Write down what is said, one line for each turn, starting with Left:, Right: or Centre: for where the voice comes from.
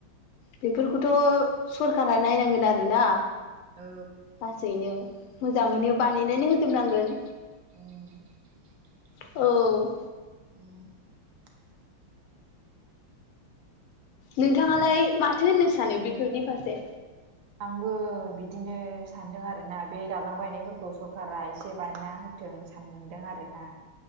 Left: बेफोरखौथ' सरखारा नायनांगोन आरोना
Right: औ
Left: लासैनो। मोजाङैनो बानायनानै होजोबनांगोन।
Right: <inaudible>
Left: औ।
Right: <inaudible>
Left: नोंथाङालाय माथो होननो सानो बेफोरनि फारसे
Right: आंबो बिदिनो सानदों आरोना बे दालां बायनायफोरखौ सरखारारा एसे बानायना होदों। जों सानदों आरोना।